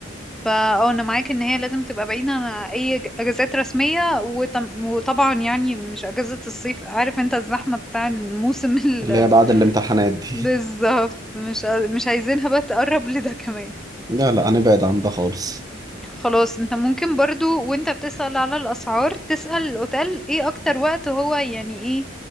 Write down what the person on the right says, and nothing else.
اللي هي بعد الامتحانات دي
<laughs> لا لا هنبعد عن ده خالص